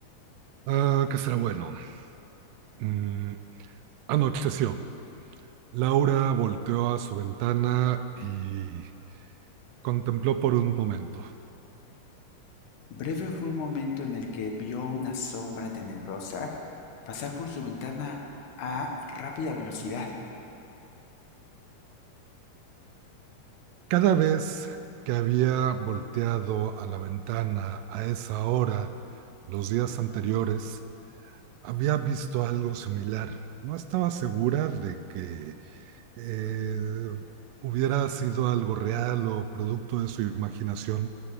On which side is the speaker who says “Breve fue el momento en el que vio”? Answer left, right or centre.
Left